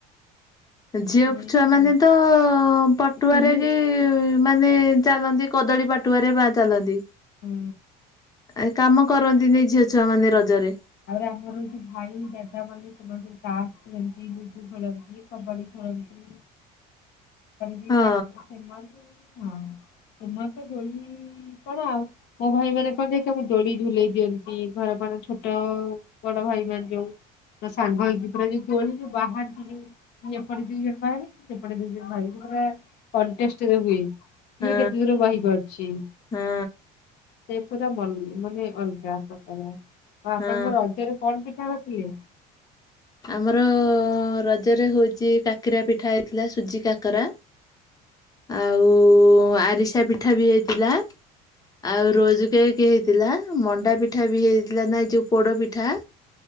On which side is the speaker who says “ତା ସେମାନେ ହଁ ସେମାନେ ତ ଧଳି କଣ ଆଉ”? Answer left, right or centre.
Left